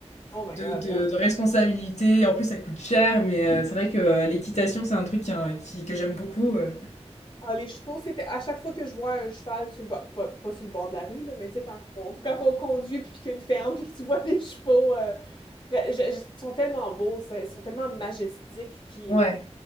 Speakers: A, on the left (about 45°); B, on the left (about 80°).
A: Oh my
B: de,
A: God,
B: de,
A: yeah.
B: de responsabilité, en plus ça coûte cher, mais euh, c'est vrai que euh, l'équitation c'est un truc qui, hein, qui- que j'aime beaucoup. euh.
A: Ah, les chevaux, c'était à chaque fois que je vois un cheval sur le bord, pas, pas sur le bord de la rue, là, mais tu sais, quand on, quand on conduit puis qu'il y a une ferme <laughs> puis que tu vois les chevaux, euh, près- je- je- ils sont tellement beaux, ça, ils sont tellement majestiques puis
B: Ouais,